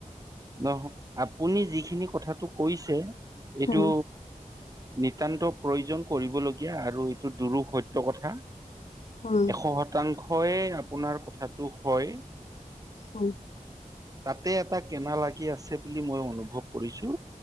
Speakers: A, on the right (about 25°); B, on the left (about 55°).
A: নহয়, আপুনি যিখিনি কথাটো কৈছে এইটো
B: উম
A: নিতান্ত প্ৰয়োজন কৰিবলগীয়া আৰু এইটো দুৰুপ সত্য কথা।
B: হয়
A: এশ শতাংশয়ে আপোনাৰ কথাটো হয়।
B: অ
A: তাতে এটা কেনা লাগি আছে বুলি মই অনুভৱ কৰিছো